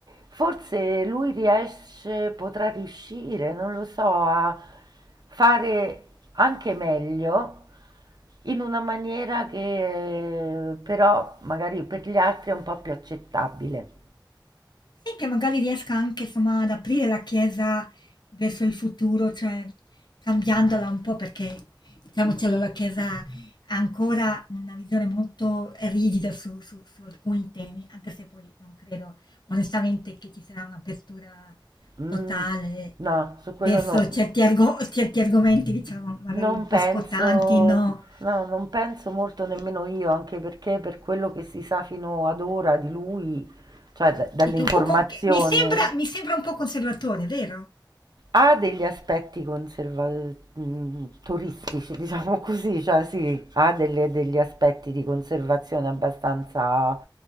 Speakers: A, on the right; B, on the left.
A: forse lui riesce, potrà riuscire, non lo so, a fare anche meglio in una maniera che eh, però magari per gli altri è un po' più accettabile.
B: Sì, che magari riesca anche, insomma, ad aprire la Chiesa verso il futuro, cioè cambiandola un po' perché, diciamocelo, la Chiesa ha ancora una visione molto rigida su su su alcuni temi, anche se poi non credo onestamente che ci sarà un'apertura
A: Mm,
B: totale
A: no, su quello
B: verso
A: no.
B: certi argo certi argomenti, diciamo, magari
A: Non
B: un po'
A: penso
B: scottanti, no,
A: no, non penso molto nemmeno io, anche perché per quello che si sa fino ad ora di lui, cioè da- dall'informazione,
B: e che un po' co che mi sembra mi sembra un po' conservatore, vero?
A: ha degli aspetti conserva mhmm, toristici, diciamo così, cioè sì, ha delle degli aspetti di conservazione abbastanza